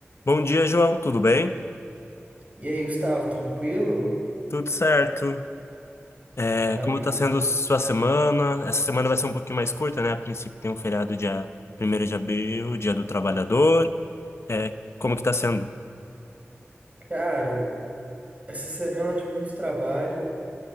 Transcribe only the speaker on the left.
Bom dia, João. Tudo bem?
Tudo certo. É,
como está sendo sua semana? Essa semana vai ser um pouquinho mais curta, né? A princípio tem um feriado dia primeiro de abril, Dia do Trabalhador. É, como que está sendo?